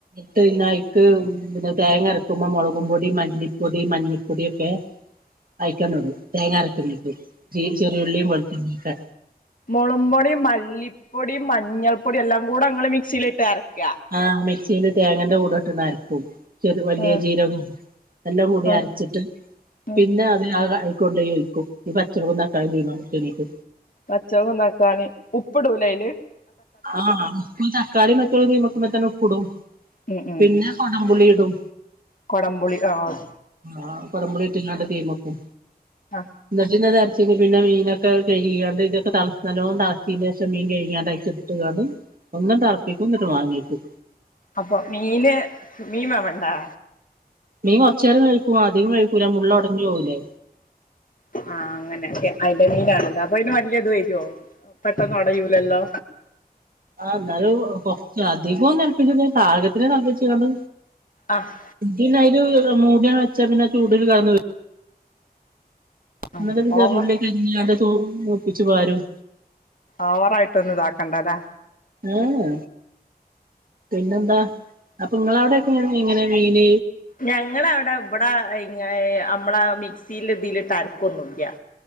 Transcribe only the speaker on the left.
മൊളുംപൊടിംമല്ലിപ്പൊടിം മഞ്ഞൾപ്പൊടിം എല്ലാം കൂടെ ങ്ങള്മിക്സീല്ട്ട് അര്ക്ക.
ആഹ്
ആഹ്
ഉം
പച്ചൊളകുംതക്കാളിം ഉപ്പ്ടൂലെയ്ല്?
ഉം ഉം
കൊടംപുളി ആഹ് ഒ
ആഹ്.
അപ്പൊ മീന് മീൻ വേവണ്ടെ.
ആഹ് അങ്ങനെെ അയില മീനാണല്ലോ അപ്പൊ അതിന് വല്ിയ ഇത് വരുവോ പെട്ടന്ന് അടയൂലല്ലോ
അഹ്
ആഹ്
ഓവർ
ഓവറായിട്ടൊന്നും ഇതാക്കണ്ടല്ലേ
ഞങ്ങ അവിടെ ഇവിടെ ഇ നമ്മളെ മിക്സിൽ ഇതിലിട്ട് അരക്കൊന്നുല്ല